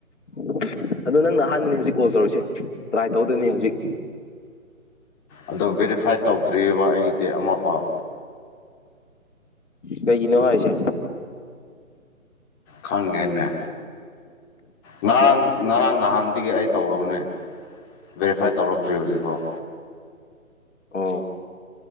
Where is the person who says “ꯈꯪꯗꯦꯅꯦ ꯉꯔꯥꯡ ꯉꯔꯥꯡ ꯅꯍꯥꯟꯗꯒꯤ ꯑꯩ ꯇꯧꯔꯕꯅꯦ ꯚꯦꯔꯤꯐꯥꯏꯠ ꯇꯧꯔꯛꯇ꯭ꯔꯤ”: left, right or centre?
Left